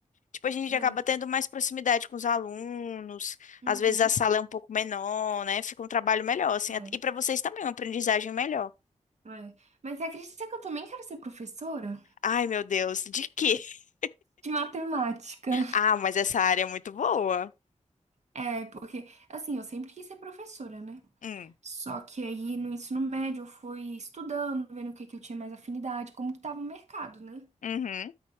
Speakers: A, on the left; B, on the right.
A: Tipo, a gente
B: É.
A: acaba tendo mais proximidade com os alunos.
B: Uhum.
A: Às vezes a sala é um pouco menor, né? Fica um trabalho melhor, assim.
B: É.
A: E para vocês também, é uma aprendizagem melhor.
B: É. Mas você acredita que eu também quero ser professora
A: Ai, meu Deus, de quê? <laughs>
B: de matemática?
A: Ah, mas essa área é muito boa.
B: É, porque, assim, eu sempre quis ser professora, né?
A: Hum.
B: Só que aí no ensino médio eu fui estudando, vendo o que que eu tinha mais afinidade, como que tava o mercado, né?
A: Uhum.